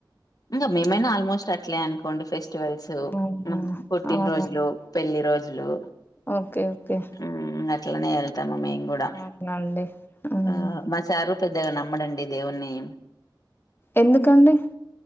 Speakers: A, on the left; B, on the left.
A: ఇంగ మేమైనా ఆల్మోస్ట్ అట్లే అనుకోండి ఫెస్టివల్సు
B: అవునా
A: పుట్టిన్‌రోజులు
B: అవునండి
A: పెళ్లి రోజులు
B: ఓకే ఓకే
A: మ్మ్ అట్లనే వెళ్తాము మేం గూడా
B: అవునండి హ్మ్.
A: ఆ మా చారు పెద్దగా నమ్మడండి దేవున్ని
B: ఎందుకండి